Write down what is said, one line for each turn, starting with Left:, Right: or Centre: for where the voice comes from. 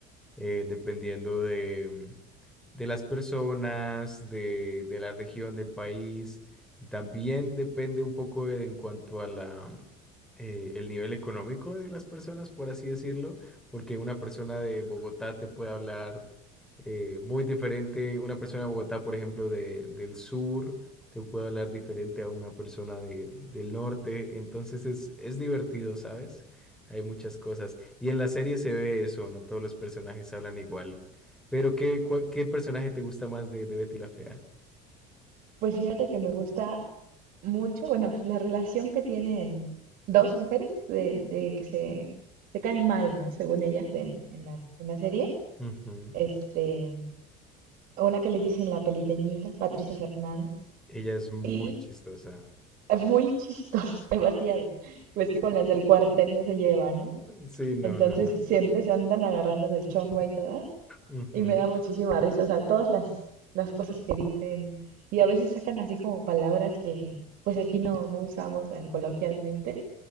Centre: eh, dependiendo de, de las personas, de, de la región, del país. También depende un poco de- en cuanto a la, eh, el nivel económico de las personas, por así decirlo, porque una persona de Bogotá te puede hablar eh, muy diferente, una persona de Bogotá, por ejemplo, de, del sur, te puede hablar diferente a una persona de- del norte, entonces es, es divertido, ¿sabes? Hay muchas cosas. Y en la serie se ve eso, no todos los personajes hablan igual. Pero ¿qué, cuál- qué personaje te gusta más de, de Betty la Fea?
Right: Pues fíjate que me gusta mucho, bueno, la relación que tienen dos mujeres de, de que se, se caen mal, ¿no? Según ellas en, en la, en la serie.
Centre: Ujú.
Right: Este, una que le dicen la peliteñida, Patricia Fernández,
Centre: Ella es muy
Right: y
Centre: chistosa.
Right: es muy chistoso, <laughs> demasiado. Pues que con las del cuartel no se lleva, ¿no?
Centre: Sí, no,
Right: Entonces
Centre: no, no.
Right: siempre se andan agarrando del chongo ahí todas.
Centre: Ujú,
Right: Y me da muchísima risa, o sea, todas las, las cosas que dicen y a veces sacan así como palabras que pues aquí no, no usamos tan coloquialmente